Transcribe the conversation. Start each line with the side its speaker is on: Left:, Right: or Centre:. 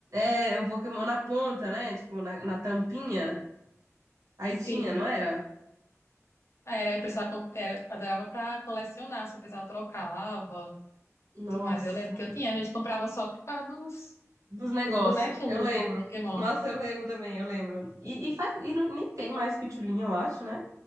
Right: É é um Pokémon na ponta, né? Tipo, na, na tampinha. Aí
Left: Sim.
Right: tinha, não era?
Left: Aí era, o pessoal com- era, adorava pra colecionar, assim, o pessoal trocava,
Right: Nossa.
Left: tudo mais. Eu lembro que eu tinha, a gente comprava só por causa dos,
Right: Dos negócios.
Left: dos bonequinhos
Right: Eu
Left: do,
Right: lembro.
Left: do Pokémon.
Right: Nossa, eu lembro também, eu lembro. E, e, faz, e não- nem tem mais pitulinha, eu acho, né?